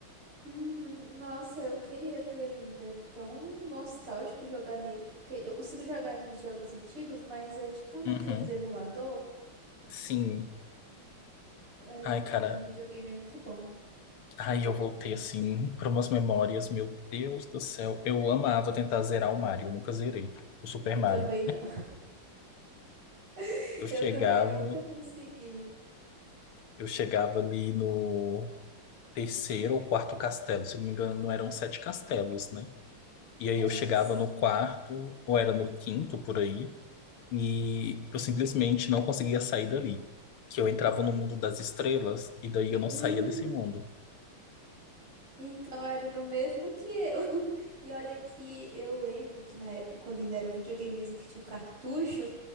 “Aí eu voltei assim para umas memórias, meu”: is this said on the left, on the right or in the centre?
Left